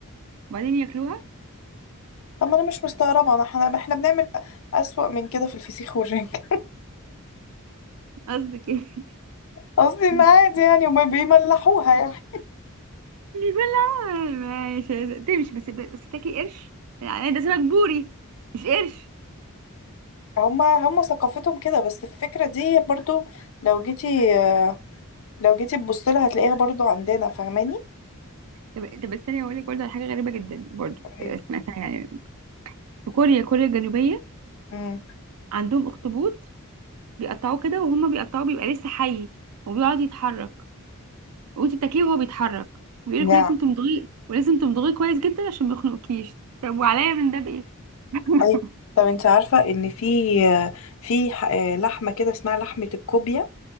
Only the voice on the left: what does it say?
طب ما انا مش مستغربه انا احنا احنا بنعمل اسوأ من كده في الفسيخ والرنجة
قصدي ان
عادي يعني وما بيملحوها يعني
هما هما ثقافتهم كده بس الفكرة دي برضو لو جيتي آه، لو جيتي تبصيلها هتلاقيها برضو عندنا فاهماني
طيب.
امم
نعم
اي طب انت عارفة ان في آه، في ح- آه، لحمة كده اسمها لحمة الكوبيا